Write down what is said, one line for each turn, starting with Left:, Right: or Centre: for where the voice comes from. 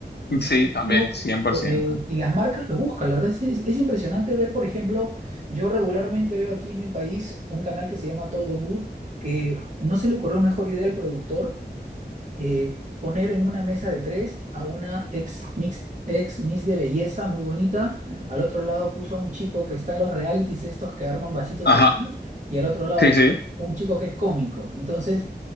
Right: y, está
Left: Sí,
Right: en
Left: también,
Right: YouTube,
Left: cien por ciento
Right: eh, y las marcas lo buscan. La verdad es, es, es impresionante ver, por ejemplo, yo regularmente veo aquí en mi país un canal que se llama Todo Good, que no se le ocurrió mejor idea al productor eh, poner en una mesa de tres a una ex mix, ex miss de belleza muy bonita. Al otro lado puso a un chico que está en los realities estos que arman vasitos
Left: Ajá,
Right: y demás, y al otro lado
Left: sí, sí.
Right: un chico que es cómico. Entonces,